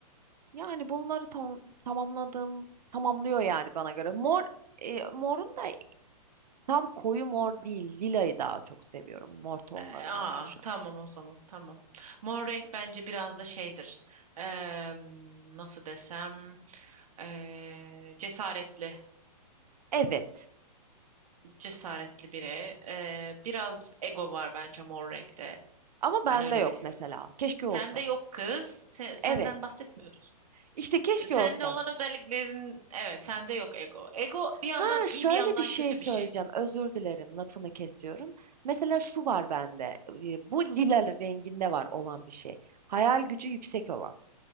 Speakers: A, on the right (about 80°); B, on the right (about 60°).
A: Yani bunları tam, tamamladığım tamamlıyor yani bana göre. Mor e, morun da tam koyu mor değil. Lilayı daha çok seviyorum. Mor tonlarından
B: E, Aa,
A: oluşan.
B: tamam o zaman. Tamam. Mor renk bence biraz da şeydir. Eee, nasıl desem eee, cesaretli,
A: Evet.
B: cesaretli biri. Eee, biraz ego var bence mor renkte.
A: Ama bende
B: Ben öyle
A: yok
B: biliyorum.
A: mesela. Keşke olsa.
B: Sende yok kız. Se- senden
A: Evet.
B: bahsetmiyoruz.
A: İşte keşke
B: Sende
A: olsa.
B: olan özelliklerin evet sende yok ego. Ego bir yandan
A: Ha şöyle
B: iyi bir yandan
A: bir şey
B: kötü
A: söyleyeceğim.
B: bir şey.
A: Özür dilerim lafını kesiyorum. Mesela şu var bende. e, Bu lila renginde var olan bir şey. Hayal gücü yüksek olan.